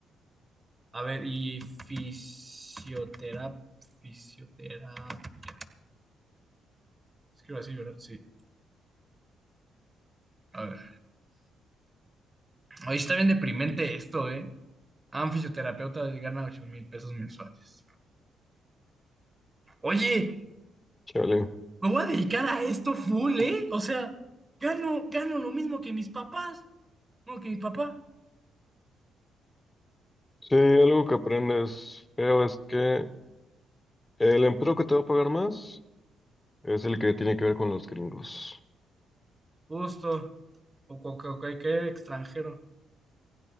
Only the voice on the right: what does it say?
A ver, y fisioterapia. Fisioterapia. Escribo así, ¿verdad? Sí. A ver. Oye, está bien deprimente esto, ¿eh? A un fisioterapeuta gana ocho mil pesos mensuales. Oye,
me voy a dedicar a esto full, ¿eh? O sea, gano, gano lo mismo que mis papás. No, que mi papá.
Justo. O co- co- cualquier extranjero.